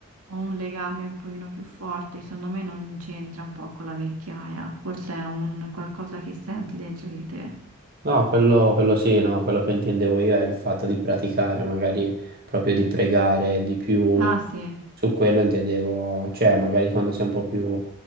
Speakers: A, on the right; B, on the right.
A: ho un legame un pochino più forte, che secondo me non c'entra un po' con la vecchiaia, forse è un qualcosa che senti dentro di te.
B: No, quello, quello sì, no, quello che intendevo io è il fatto di praticare, magari proprio di pregare di più,
A: Ah sì,
B: su quello intendevo, cioè magari quando sei un po' più